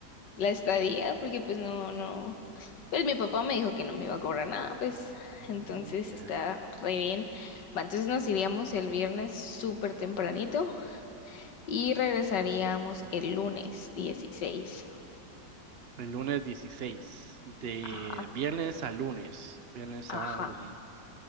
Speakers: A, on the left; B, on the right.
A: la estadía, porque pues no, no, pues mi papá me dijo que no me iba a cobrar nada, pues
B: Mm,
A: entonces
B: ya.
A: está re bien. Va, entonces nos iríamos el viernes súper tempranito y regresaríamos el lunes dieciséis
B: El lunes 16 de
A: Ajá,
B: viernes a lunes, viernes, sábado,
A: ajá.
B: domingo.